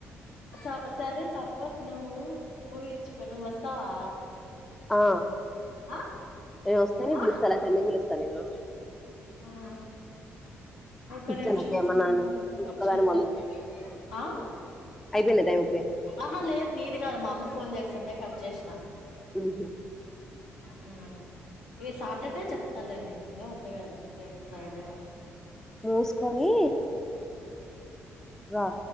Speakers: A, on the left; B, in the centre.
A: స సరే సపోజ్ నువ్వు వుహించుకో నువు వస్తావా
B: ఆ
A: ఆ
B: నేను వస్తా న
A: ఆ
B: పిలుస్తా అ తెల్లిని పిలుస్తాను నేన్నను
A: ఆ ఒక
B: పిచ్చా
A: నిమిషం
B: నాకేమన్నా
A: ఉండు మమది
B: నేను
A: ఖర్చు
B: ఒక్కదాని
A: అతా హా
B: అయిపోన టైమ్
A: ఆహా లేదు నీది కాదు మా అమ్మ ఫోన్ చేస్తుంటే కట్ చేసిన
B: ఆహా
A: హమ్ ఈ సాటర్డే చెప్తాలే నేను ఇంకా ఉంది కదా టైమ్ ఫ్రైడే అ
B: మూసుకొని రా